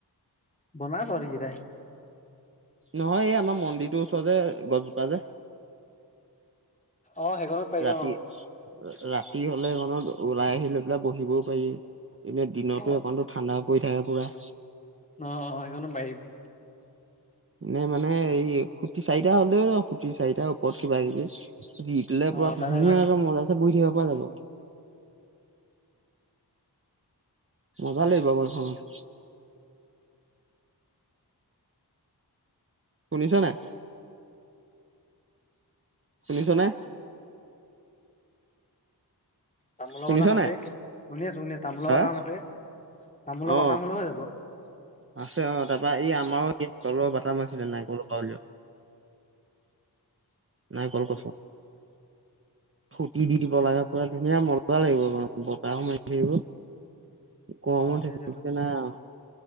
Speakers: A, on the left (about 20°); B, on the right (about 35°).
A: বনা তহটি কেইটাই।
B: নহয় এই আমাৰ মন্দিৰটোৰ ওচৰতে গছজোপা যে।
A: অ সেইখনত পাৰি
B: ৰাতি
A: অ।
B: ৰাতি হলে সেইখনত ওলাই আহি লৈ পেলাই বহিবও পাৰি এনে দিনতো
A: অ
B: সেইখনত ঠাণ্ডা পৰি থাকে পুৰা।
A: অ অ সেইখনো পাৰিম।
B: এনে মানে এই খোটি চাৰিটা হ'লেও আৰু খোটি চাৰিটাৰ ওপৰত কিবা কিবি। দিলে
A: অ
B: পুৰা
A: তাত
B: ধুনীয়াকে
A: এখন
B: মজাছে বহি থাকিব পৰা যাব। মজা লাগিব বহি সেইখনত। শুনিছ নাই? শুনিছনে?
A: তামোলৰ
B: শুনিছ
A: পাটাম আছে
B: নাই
A: শুনি আছো শুনি আছো তামোলৰ
B: হা
A: পাটাম আছে তামোলৰ
B: অ
A: বাটাম হলেও হৈ যাব
B: আছে অ তাৰপা ই আমাৰো ই তলৰ বাতাম আছিলে নাইকল বাকলিও। নাই গছ খোটি দি দিব লাগে পুৰা ধুনীয়া মজা লাগিব বতাহও মাৰি থাকিব। গৰম
A: অ
B: উঠছে
A: সেইটোৱেতো
B: উপাই নাই ৰো।